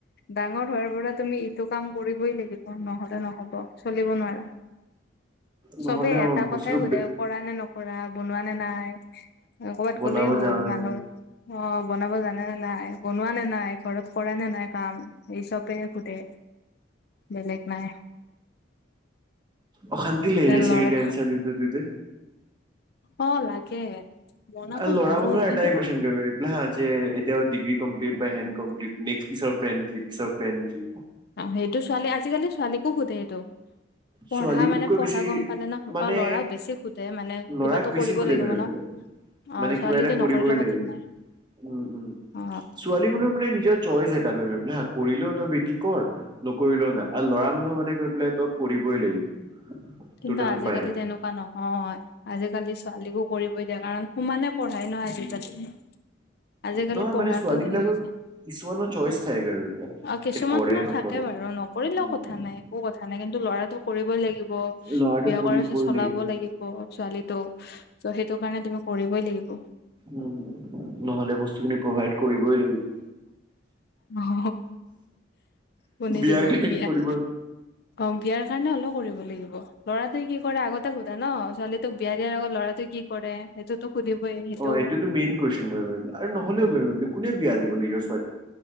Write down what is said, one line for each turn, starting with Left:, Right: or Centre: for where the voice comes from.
Left: ডাঙৰ হোৱাৰ পৰা তুমি এইটো কাম কৰিবই লাগিব নহ'লে নহব, চলিব নোৱাৰা।
Right: নহ'লে
Left: চবে এটা
Right: অ বস্তুটো
Left: কথাই সোধে কৰানে নকৰা, বনোৱানে নাই। কৰ'বাত
Right: বনাব
Left: গ'লেই হ'ল
Right: যাওঁতে
Left: মানুহৰ অহ, বনাব জানেনে নাই। বনোৱানে নাই, ঘৰত কৰানে নাই কাম, এই চবে সুধে। বেলেগ নাই।
Right: অশান্তি লাগে
Left: ল'ৰা
Right: চাগে এনছাৰ দিওঁতে দিওঁতে।
Left: অহ, লাগে। বনাব
Right: আৰু ল'ৰা
Left: জানো
Right: মানুহৰ
Left: কিন্তু
Right: এটাই কুইশ্বন কৰিব দে হা! যে এতিয়াও ডিগ্ৰী কমপ্লিট বা হেনট কমপ্লিট নেস্ক পিছত প্লেন‌ কি, পিছত প্লেন‌ কি?
Left: সেইটো ছোৱালী, আজিকালিৰ ছোৱালীকো সোধে সেইটো। পঢ়া
Right: ছোৱালীবোৰতকৈ
Left: মানে, পঢ়া
Right: বেছি
Left: গম পালে ন'।
Right: মানে
Left: অহ, ল'ৰাক বেছি সোধে মানে
Right: ল'ৰাক
Left: কিবাতো
Right: বেছি
Left: কৰিব
Right: সোধে
Left: লাগিব
Right: গৈ
Left: ন'।
Right: পেলাই
Left: অহ,
Right: মানে
Left: ছোৱালীতো
Right: কিবা এটা কৰিবই
Left: নকৰিলেও
Right: লাগিব
Left: কথা নাই।
Right: উম', উম'।
Left: অ
Right: ছোৱালী মানহ মানে নিজৰ চইচ এই কৰিলেও তই বেটি কৰ, নকৰিলেও নাই আৰু ল'ৰা মানুহৰ মানে গৈ পেলাই তই কৰিবই <unintelligible>
Left: কিন্তু আজিকালি
Right: উপায় নাই
Left: তেনেকুৱা নহয়। আজিকালি ছোৱালীকো কৰিবই দিয়ে কাৰণ সোমানে পঢ়াই ন' আজিকালি। আজিকালি
Right: নহয়
Left: পঢ়াতটো
Right: মানে ছোৱালী
Left: সেই
Right: বিলাকৰ
Left: হৈছে।
Right: কিছুমানৰ চইচ থাকে গৈ পেলাই
Left: অহ, কিছুমানৰ
Right: যে কৰে নকৰে
Left: থাকে বাৰু নকৰিলেও
Right: উম
Left: কথা নাই, একো কথা নাই, কিন্তু ল'ৰা ল'ৰাটো কৰিবই লাগিব।
Right: ল'ৰাটোৱে
Left: বিয়া
Right: কৰিবই
Left: কৰাৰ পিছত চলাব লাগিব ছোৱালীটোক ত' সেইটো কাৰণে তুমি কৰিবই লাগিব।
Right: উম, নহ'লে বস্তুখিনি প্ৰভাইড কৰিবই লাগিব।
Left: অহ, কোনে
Right: বিয়াৰ
Left: দিব
Right: কাৰণে
Left: বিয়াত
Right: কৰিব
Left: অহ, বিয়াৰ কাৰণে হ'লেও কৰিব লাগিব। ল'ৰাটোৱে কি কৰে আগতে সোধা ন'। ছোৱালী তোক বিয়া দিয়াৰ আগত ল'ৰাটোৱে কি কৰে। সেইটোতো সুধিবই সেইটো
Right: অহ, এইটোতো মেইন কুৱেশচন, <unintelligible> আৰু নহ'লেও <unintelligible> কোনে বিয়া দিব নিজৰ ছো